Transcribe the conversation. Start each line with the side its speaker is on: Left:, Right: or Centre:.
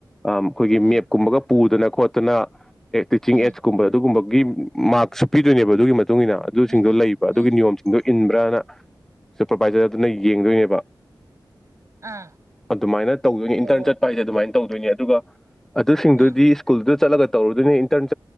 Centre: ꯑ ꯑꯩꯈꯣꯏꯒꯤ
Right: ꯎꯝ
Centre: ꯃꯦꯞꯀꯨꯝꯕꯒ ꯄꯨꯗꯅ ꯈꯣꯠꯇꯅ ꯑꯦ ꯇꯤꯆꯤꯡ
Right: ꯎꯝ
Centre: ꯑꯦꯞ ꯀꯨꯝꯕ ꯑꯗꯨꯒꯨꯝ ꯒꯤ ꯃꯥꯛꯁꯁꯨ ꯄꯤꯗꯣꯏꯅꯦꯕ ꯑꯗꯨꯒꯤ ꯃꯇꯨꯡ ꯏꯟꯅ ꯑꯗꯨꯁꯤꯡꯗꯣ
Right: ꯎꯝ ꯎꯝ
Centre: ꯂꯩꯕ ꯑꯗꯨꯒꯤ
Right: ꯎꯝ
Centre: ꯅꯤꯌꯣꯝ ꯁꯤꯡꯗꯣ ꯏꯟꯕ꯭ꯔꯅ ꯁꯨꯄꯔꯚꯥꯏꯖꯔ ꯑꯗꯨꯅ ꯌꯦꯡꯗꯣꯏꯅꯦꯕ
Right: ꯑꯥ
Centre: ꯑꯗꯨꯃꯥꯏꯅ ꯇꯧꯒꯅꯤ ꯏꯟꯇꯔꯟ
Right: ꯑꯣ
Centre: ꯆꯠꯄ ꯍꯥꯏꯁꯦ ꯑꯗꯨꯃꯥꯏꯅ ꯇꯧꯗꯣꯏꯅꯦ ꯑꯗꯨꯒ ꯑꯗꯨꯁꯤꯡꯗꯨ
Right: ꯑꯥ
Centre: ꯁꯜꯗ ꯆꯠꯂꯒ ꯇꯧꯔꯨꯗꯨꯣꯏꯅꯤ ꯏꯟꯇꯔꯟ